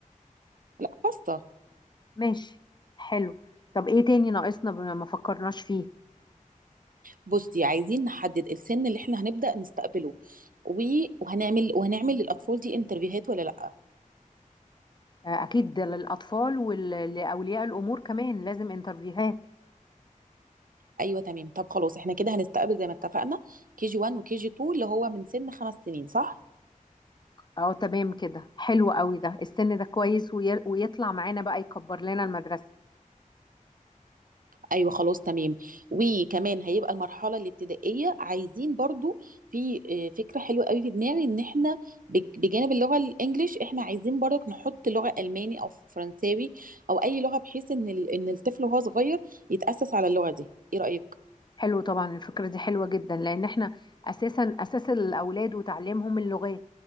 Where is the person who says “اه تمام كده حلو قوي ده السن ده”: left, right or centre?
Left